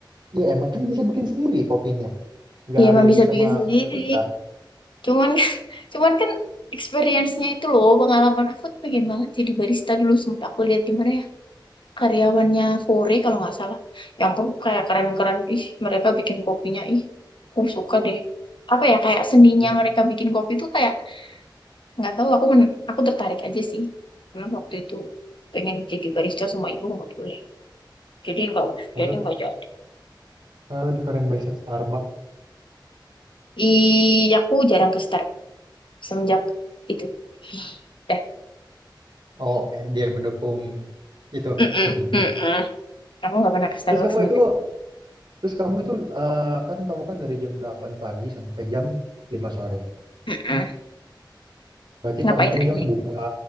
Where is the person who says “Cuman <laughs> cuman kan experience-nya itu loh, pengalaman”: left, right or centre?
Left